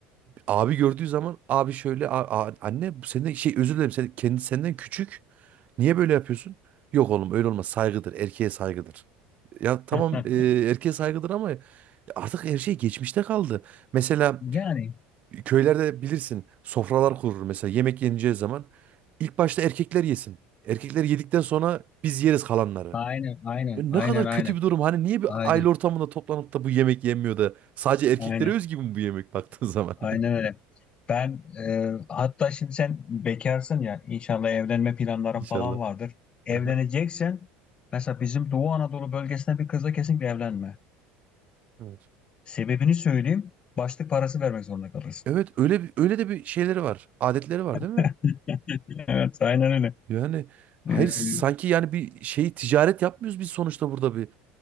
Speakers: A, on the right; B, on the left.
A: abi gördüğü zaman abi şöyle "A- a- anne senden şey özür dilerim sen kendi senden küçük. Niye böyle yapıyorsun? Yok oğlum öyle olmaz saygıdır erkeğe saygıdır. Ya tamam
B: <laughs>
A: e, erkeğe saygıdır ama artık her şey geçmişte kaldı. Mesela
B: Yani
A: köylerde bilirsin sofralar kurulur mesela yemek yeneceği zaman ilk başta erkekler yesin. Erkekler yedikten sonra biz yeriz kalanları.
B: aynen aynen
A: Ya ne
B: aynen
A: kadar
B: aynen
A: kötü bir durum. Hani niye bir
B: aynen
A: aile ortamında toplanıp da bu yemek yenmiyor da sadece erkeklere
B: aynen.
A: özgü mü bu yemek baktığın zaman?
B: Aynen
A: <laughs>
B: öyle. Ben e, hatta şimdi sen bekarsın ya inşallah evlenme planların
A: İnşallah.
B: falan vardır. Evleneceksen
A: Aha,
B: mesela bizim Doğu Anadolu bölgesine bir kızla kesinlikle evlenme.
A: evet.
B: Sebebini söyleyeyim. Başlık parası vermek zorunda kalırsın.
A: Evet öyle bir, öyle de bir şeyleri var. Adetleri var
B: <laughs>
A: değil mi?
B: Evet, aynen öyle.
A: Yani hayır
B: Ee,
A: sanki yani bir şey ticaret yapmıyoruz biz sonuçta burada bir